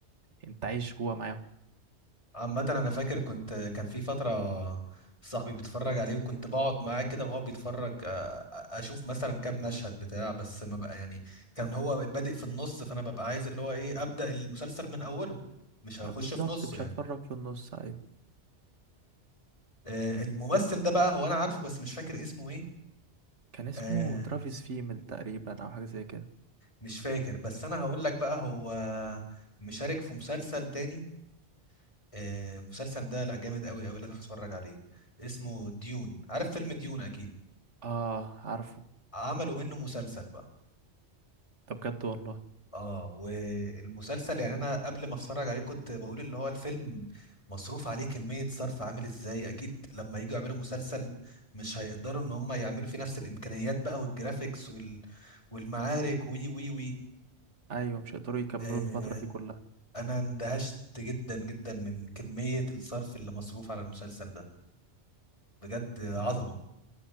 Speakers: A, on the right (about 80°); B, on the left (about 25°).
A: انت عايش جوا معاهم
B: عامة أنا فاكر كنت كان في فترة صاحبي بيتفرج عليه وكنت بقعد معاه كده وهو بيتفرج آه، أ- أشوف مثلا كام مشهد بتاع بس ما بقى يعني كان هو بادئ في النص فأنا ببقى عايز اللي هو إيه أبدأ المسلسل من أوله مش هخش
A: لا بالظبط
B: في نصه
A: مش
B: يعني
A: هتفرج في النص أيوه
B: آه، الممثل ده بقى هو أنا عارفه بس مش فاكر اسمه إيه
A: كان اسمه
B: آه،
A: ترافيس فيمل تقريبا أو حاجة زي كده
B: مش فاكر بس أنا هقول لك بقى هو مشارك في مسلسل تاني آه، المسلسل ده لأ جامد أوي أوي لازم تتفرج عليه اسمه ديون عارف فيلم ديون أكيد
A: اه عارفه
B: عملوا منه مسلسل بقى
A: ده بجد والله
B: اه والمسلسل يعني انا قبل ما اتفرج عليه كنت بقول اللي هو الفيلم مصروف عليه كمية صرف عامل ازاي اكيد لما يجوا يعملوا مسلسل مش هيقدروا ان هم يعملوا فيه نفس الامكانيات بقى والجرافيكس وال... والمعارك وي وي وي
A: ايوه مش هيقدروا يكملوا
B: آه
A: الفتره دي كلها
B: انا اندهشت جدا جدا من كمية الصرف اللي مصروف على المسلسل ده بجد عظمة
A: لا